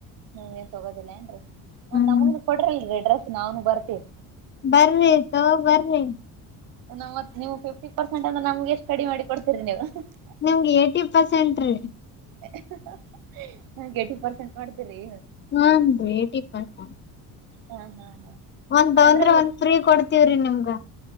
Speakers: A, on the right; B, on the left.
A: ಹ ನೀವ್ ಏನ್ ತೊಗೋದಿಲ್ಲ ಏನ್ರೀ ಮತ್ತ್
B: ಹ್ಮ್
A: ನಮಗುನು ಕೊಡ್ರಿ ಅಲ್ಲ ಡ್ರೆಸ್ ನಾವನು ಬರ್ತೀವಿ.
B: ಬರ್ರಿ ತಗೋ ಬರ್ರಿ.
A: ನಮ್ಮತ್ ನೀವು ಫಿಫ್ಟಿ ಪರ್ಸೆಂಟ್ ಅಂದ್ರ ನಮ್ಗೆ ಎಷ್ಟು ಕಡಿಮಿ ಮಾಡಿ ಕೊಡ್ತತಿರಿ ನೀವು <unintelligible>
B: ನಿಮ್ಗೆ ಏಟಿ ಪರ್ಸೆಂಟ್ ರೀ.
A: <unintelligible> ನಮಗ್ ಏಟಿ ಪರ್ಸೆಂಟ್ ಮಾಡ್ತೀರಿ..
B: ಹಾನ್ರಿ ಏಟಿ ಪರ್ಸೆಂಟ್.
A: ಹಾ ಹಾ ಹಾ
B: ಒಂದ್ ತೊಂದ್ರೆ
A: ಅಂದ್ರ
B: ಒಂದ್ ಫ್ರೀ ಕೊಡ್ತಿೀವ್ರಿ ನಿಮ್ಗ.